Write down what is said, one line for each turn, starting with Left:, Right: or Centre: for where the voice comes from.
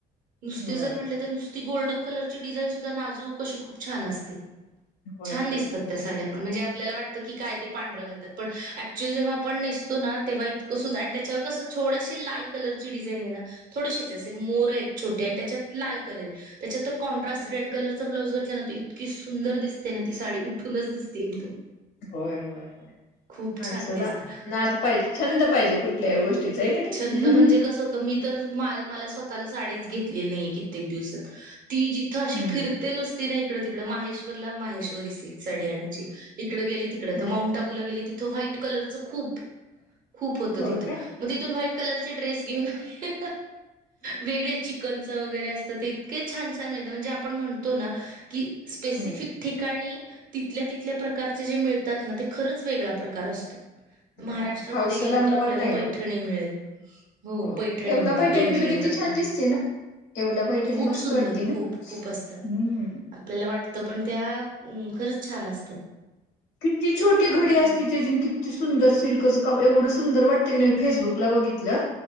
Right: नुस्तं
Left: होय
Right: जर म्हटलं तर ती गोल्डन कलरची डिझाईन सुद्धा नाजूकशी खूप छान असते.
Left: होय
Right: छान
Left: होय
Right: दिसतात त्या साड्या
Left: मस्तच
Right: पण म्हणजे आपल्याला वाटत काय ते पांढर घालतात पण ऍक्चुअल जेव्हा आपण नेसतो ना तेव्हा इतकं सुंदर आणि त्याच्यावर कसं छोडाशी लाल कलरची डिझाईन आहे ना थोडशीच असे मोर आहेत छोटे आणि त्याच्यात लाल कलर आहे. त्याच्यातर कॉन्ट्रास्ट
Left: हम्म
Right: रेड कलर ब्लाउज घातला ना त इतकी सुंदर दिसते ना ती साडी उठूनच दिसते एकदम.
Left: होय होय होय
Right: खूप
Left: माणसाला
Right: छान दिसते.
Left: ना पाहिजे छंद पाहिजे कुठल्या गोष्टीच आहे की नाही?
Right: छंद म्हणजे कसं होतं मी मला स्वतःला साडीच घेतलेली नाहीे कित्येक दिवसात ती जिथ अशी
Left: हम्म
Right: फि ते नुसती नाही इकडे तिकडे महेश्वरला महेश्वरी सिल्क साडी आणायची इकडें गेली तिकड
Left: हा
Right: तर माउंट त व व्हाईट कलर खूप खूप. होतं
Left: हो
Right: तिथं.
Left: काय
Right: मग तिथून व्हाईट कलर चे ड्रेस घेऊन आले वेगळे चिकनचा वगैरे असतं ते. के छान-छान मिळतात म्हणजे आपण म्हणतो ना की स्पेसिफिक
Left: हम्म
Right: ठिकाणी तिथल्या तिथल्या प्रकारचे जे मिळतात ना ते खरंच वेगळा प्रकार असतो. महाराष्ट्रामध्ये
Left: होय हावसाला
Right: गेलं
Left: मोल
Right: तर आपल्याला
Left: नाही
Right: पैठणी
Left: बघ.
Right: मिळेल. हो
Left: होय
Right: पैठणी
Left: येवला
Right: मिळेल
Left: पैठणी
Right: वेगवेगळे
Left: तर किती
Right: प्रकार.
Left: छान दिसते ना येवला पैठणी
Right: खूप
Left: मस्त
Right: सुंदर
Left: वाटते
Right: खूप-खूप
Left: ना.
Right: असतं.
Left: हम्म.
Right: आपल्याला वाटतं पण त्या खरंच छान असतात.
Left: किती छोटी घडी
Right: म्हणलं
Left: असती त्याजीन कि ती सुंदर सिल्कचा काप एवढं सुंदर वाटतं की मी फेसबुकला बघितलं.